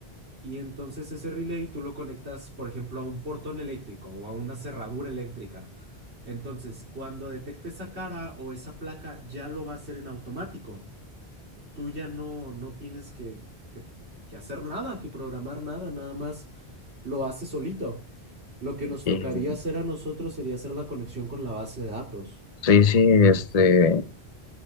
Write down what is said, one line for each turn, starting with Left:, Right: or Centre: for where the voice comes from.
Right: Y entonces ese relay tú lo conectas, por ejemplo, a un portón eléctrico o a una cerradura eléctrica. Entonces, cuando detecte esa cara o esa placa, ya lo va a hacer en automático tú ya no, no tienes que, que- que hacer nada, que programar nada, nada más lo hace solito. Lo que nos
Left: Eh,
Right: tocaría hacer a nosotros sería hacer la conexión con la base de datos.
Left: sí, sí, este,